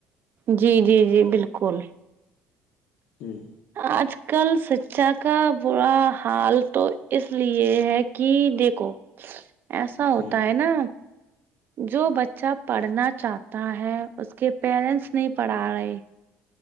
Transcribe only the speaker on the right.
جی جی جی بالکل
آج کل شکچا کا برا حال تو اس لیے ہے کہ دیکھو ایسا
ہوتا ہے نا جو بچہ پڑھنا چاہتا ہے اس کے پیرنٹس
نہیں پڑھا رہے